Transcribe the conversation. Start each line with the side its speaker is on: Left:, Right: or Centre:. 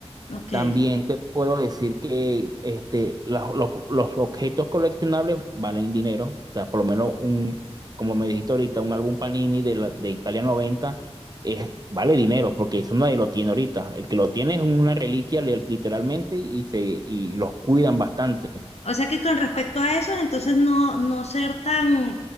Left: Ok.
Right: También te puedo decir que este, la- los, los objetos coleccionables valen dinero. O sea, por lo menos un, como me dijiste ahorita, un álbum Panini de, la- de Italia noventa es, vale dinero, porque eso nadie lo tiene ahorita. El que lo tiene es una reliquia li- literalmente y, se, y los cuidan bastante.
Left: O sea que con respecto a eso, entonces no, no ser tan,